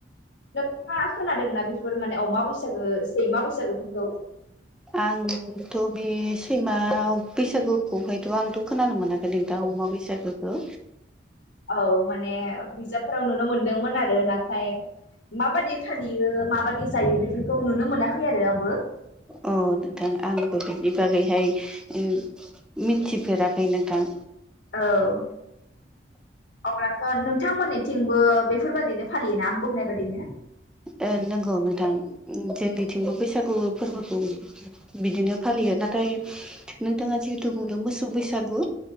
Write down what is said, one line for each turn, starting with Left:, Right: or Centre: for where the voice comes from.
Left: नोंथाङा खोनादोंना बेफोर माने अमा बैसागो सैमा बैसागोफोरखौ
Centre: आंथ' बे सैमा बैसागुखौहायथ' आंथ' खोनानो मोनाखै नोंथां अमा बैसागु औ।
Left: औ माने बिजाबफोराव नुनो मोनदोंमोन आरो नाथाय माबादि फालियो माबादि जायो बेफोरखौ नुनो मोनाखै आरो आंबो।
Centre: अ नोंथां आंबो बिनि बागैहाय <unintelligible> मिन्थिफेराखै नोंथां।
Left: औ। अब्लाथ' नोंथांमोननिथिंबो बेफोरबादिनो फालियोना आं बुंनाय बादिनो
Centre: ओ नंगौ नोंथां जोंनिथिंबो बैसागु फोरबोखौ बिदिनो फालियो नाथाय नोंथाङा जिहेथु बुंदों मोसौ बैसागु